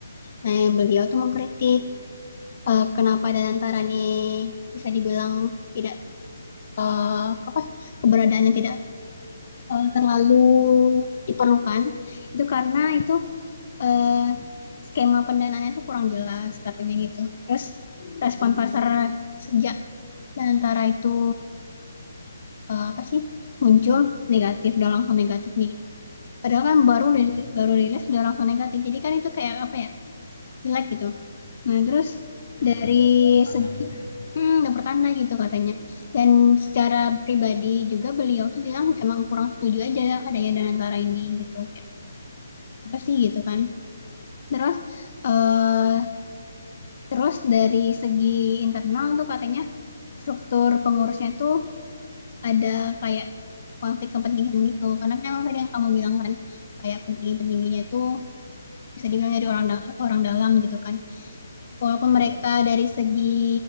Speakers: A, on the left; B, on the left.
A: Nah beliau tuh mengkritik eee, kenapa Danantarani bisa dibilang tidak, eee, apa, keberadaannya tidak, eee, terlalu diperlukan, itu karena itu, eee, skema pendanaannya itu kurang jelas katanya gitu. Terus respon pasar sejak Danantara itu, eee, apa sih, muncul negatif, udah langsung negatif nih. Padahal kan baru
B: Hmm.
A: rilis baru rilis udah langsung negatif, jadi kan itu kayak, apa ya, jelek gitu. Nah, terus
B: Ini
A: dari
B: udah kayak pertanda
A: segi
B: gitu ya. Nek?
A: mhm, udah pertanda gitu katanya. Dan secara pribadi juga beliau tuh bilang emang kurang setuju aja adanya Danantara ini gitu, kayak apa sih gitu kan. Terus, eee, terus dari segi internal tuh katanya struktur pengurusnya tuh ada kayak konflik kepentingan gitu, karena kan emang tadi yang kamu bilang kan, kayak petinggi-petingginya tuh bisa dibilang dari orang da orang dalam gitu kan. walaupun
B: Iya.
A: mereka dari segi